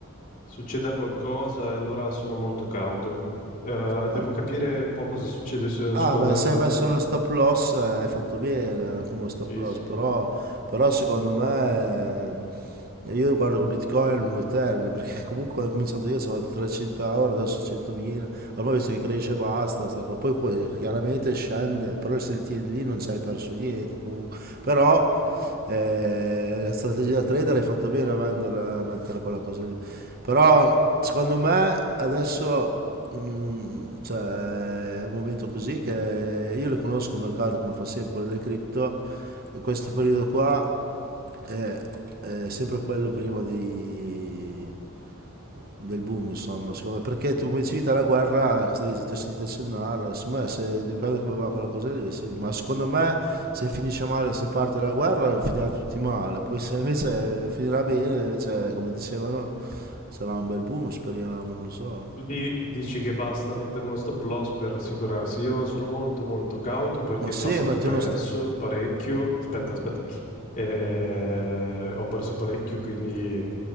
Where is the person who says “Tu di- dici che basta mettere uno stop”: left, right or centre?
Left